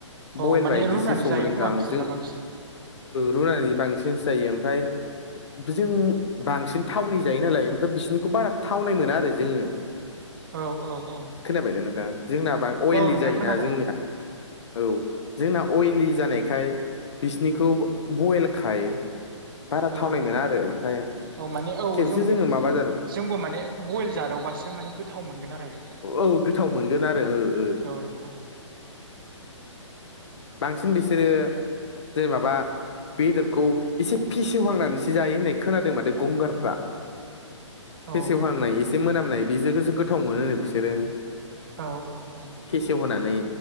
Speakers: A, on the right; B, on the left.
A: औ
B: बयल
A: माने
B: बायदिसो
A: रुनानै
B: सङो
A: जायो
B: नोंथां।
A: खोमा बिसोरना
B: जों
A: बांसिन
B: रुनानै बांसिनसो जायो। ओमफ्राय जों बांसिन थावनि जायो नालाय ओमफ्राय बिसिनिखौ बारा थावनाय मोना आरो जोङो।
A: औ औ औ
B: खोनाबायना नोंथां जोंना बा अयलि
A: औ नोंथां
B: जायोना
A: खोनादों
B: जोंनिया। औ जोंना अइलि जानायखाय बिसिनिखौ बयेल खाय बारा
A: औ
B: थावनाय मोना आरो ओमफ्राय
A: औ माने औ
B: खेबसे
A: जों
B: जोङो माबा जादों
A: जोंबो माने बयल जादावबासो माने गोथाव मोनगोन आरो।
B: औ गोथाव मोनगोन आरो ओ ओ।
A: औ नोंथां
B: बांसिन बिसोरो जेरै माबा बेदरखौ एसे फेसेवहांनानैसो जायो होननाय खोनादों माथो गंगारफ्रा।
A: औ
B: फेसेवहांनाय
A: औ
B: एसे मोनामनाय बेजोखोसो गोथाव मोनोनो बिसोरो।
A: औ औ औ।
B: फेसेव होनानै